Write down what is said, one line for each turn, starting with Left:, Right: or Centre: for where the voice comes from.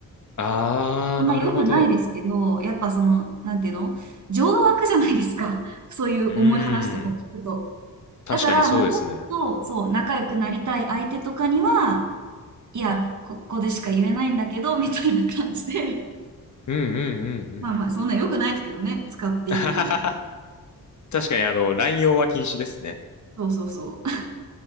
Left: あー、
Right: あんま良くないですけど、
Left: なるほど。
Right: やっぱその、なんていうの情が湧くじゃないですか。<laughs> そういう重い話とか聞くと。
Left: うーん、確かにそうですね。
Right: だから、まあ、ちょっと、そう、仲良くなりたい相手とかには、いや、ここでしか言えないんだけど、みたいな感じで、
Left: うんうんうんうん。
Right: <laughs> まあまあ、そんな良くないですけどね、使っていくみたいな。
Left: <laughs> 確かに、あの、乱用は禁止ですね。
Right: そうそうそ